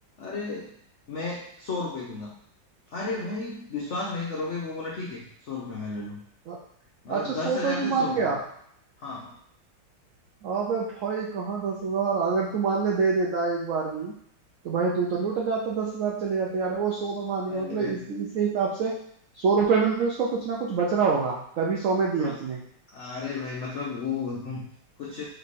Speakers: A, on the left; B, on the right.
A: अरे मैं सौ रुपए दूंगा अरे भाई विश्वास नहीं करोगे वो बोला ठीक है सौ रुपये में ले लो
B: अ-
A: मतलब
B: अच्छा सौ
A: दस हजार
B: पे
A: से
B: भी मान
A: सौ
B: गया
A: रुपये हाँ
B: अबे भाई कहाँ दस हजार अगर तू मान ले दे देता एक बार में ही, तो भाई तू तो लुट जाता दस हजार चले जाते यार वो सौ में मान गया
A: अरे
B: मतलब
A: भाई
B: इस, इसके हिसाब से सौ रुपए में भी उसको कुछ ना कुछ बच रहा होगा तभी सौ में दिए
A: हाँ।
B: उसने
A: अरे भाई मतलब वो हम्म, कुछ